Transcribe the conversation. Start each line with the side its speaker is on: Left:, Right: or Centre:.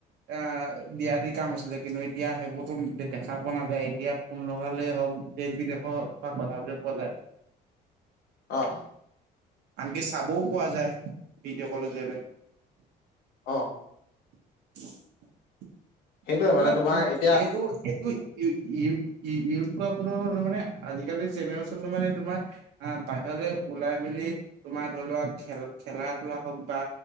Right: অ', দিয়া দি কাম আছিলে কিন্তু এতিয়া সেইবোৰতো। দেখা পোৱা নাযায়, এতিয়া ফোন লগালেই হওক দেশ বিদেশৰ পৰা কথাবতে পোৱা যায়।
Left: অ'।
Right: আনকি চাবও পোৱা যায়, ভিডিঅ' কলৰ জৰিয়তে।
Left: অ'।
Right: <unintelligible>
Left: সেইটোয়ে
Right: আপোনাৰ
Left: মানে তোমাৰ
Right: ফোন
Left: এতিয়া
Right: এটো এটি। ই-ই-ইউজ কৰা প মানে আজিকালিৰ জেনেৰেশচনটো মানে তোমাৰ বাহিৰত। ওলাই মেলি তোমাৰ ধৰি লোৱা খেল-খেলা ধূলা হওঁক বা।